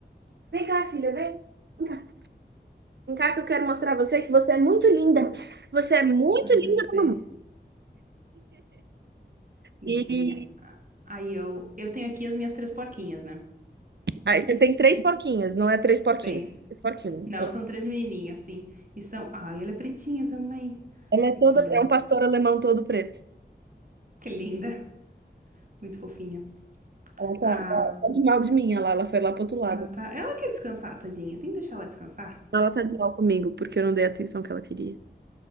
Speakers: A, on the right; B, on the right.
A: Vem cá, filha, vem. Vem cá, Vem cá que eu quero mostrar a você que você é muito linda. Você é muito
B: Ai,
A: linda
B: deve ser
A: pra mamãe.
B: lindinha.
A: E
B: Ah, Aí eu, eu tenho aqui as minhas três porquinhas, né?
A: aí você tem três porquinhas, não é três porquinhos.
B: Tenho.
A: três porquinho
B: Não, são três menininhas, sim. E são. Ai, ela é pretinha também.
A: Ela é
B: Ai,
A: toda,
B: que linda.
A: é um pastor alemão todo preto.
B: Que linda. Muito fofinha.
A: Ela tá,
B: Ah,
A: tá tá de mal de mim, ela, ela foi lá pro outro lado.
B: Tá, tá. Ela quer descansar, tadinha. Tem que deixar ela descansar.
A: Ela tá de mal comigo, porque eu não dei a atenção que ela queria.